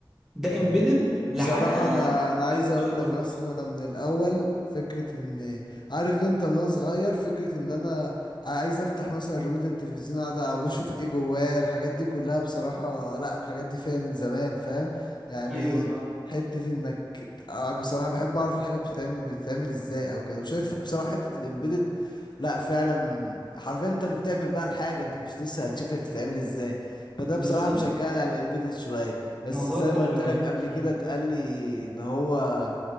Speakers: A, in the centre; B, on the left (about 60°).
A: ده
B: مم.
A: امبيدد
B: بصراحة
A: لحد
B: أنا أنا عايز
A: الطيارات
B: أقول لك أصلا أنا من الأول فكرة إن عارف أنت من وأنا صغير فكرة إن أنا عايز أفتح مثلا ريموت التلفزيون أقعد أبص أشوف إيه جواه الحاجات دي كلها بصراحة لأ الحاجات دي فيها من زمان فاهم يعني
A: ايوه
B: حتة إنك آه بصراحة بحب أعرف الحاجة بتتعمل بتتعمل إزاي أو كده وشايف بصراحة حتة الإمبيدد لأ فعلا حرفيا أنت اللي بتعمل بقى الحاجة أنت مش لسه هتشوف هي بتتعمل إزاي فده
A: بالظبط
B: بصراحة مشجعني على الإمبيدد شوية بس
A: موضوع
B: زي ما
A: اللي
B: قلت
A: بكلمك
B: لك قبل
A: فيه
B: كده اتقال لي ان هو